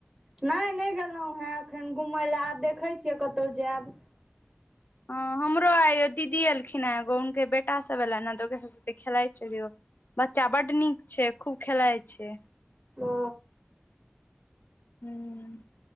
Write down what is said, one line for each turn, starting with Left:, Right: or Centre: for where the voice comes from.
Right: नहि नहि गेलहुँ हे एखन घुमय लए आब देखैत छियै कतहु जायब।
Left: ह हमरो आय दीदी एलखिन ह एगो हुनके बेटा सब एल ने तऽ ओकरे सब साथे खेलाइत छलियो। बच्चा बड नीक छै खूब खेलाइ छै।
Right: ओ।
Left: <unintelligible>